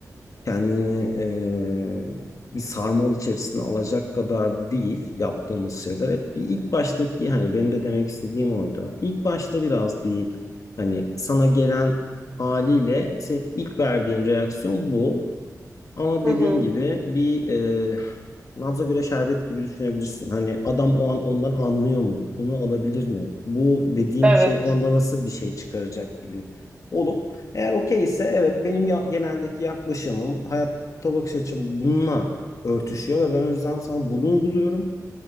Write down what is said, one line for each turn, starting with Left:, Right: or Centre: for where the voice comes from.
Left: kendini e, bir sarmal içerisine alacak kadar değil yaptığımız şeyler. Hep bir ilk baştaki hani benim de demek istediğim oydu. İlk başta biraz bir hani sana gelen haliyle senin ilk verdiğin reaksiyon bu. Ama
Right: Hı
Left: dediğin
Right: hı.
Left: gibi bir e, Nabza göre şerbet gibi düşünebilirsin. Hani adam o an ondan anlıyor mu? Bunu alabilir mi? Bu dediğim
Right: Evet.
Left: şey onda nasıl bir şey çıkaracak gibi olup eğer okey ise evet benim ya- geneldeki yaklaşımım hayatta bakış açım bununla örtüşüyor ve ben o yüzden sana bunu uyguluyorum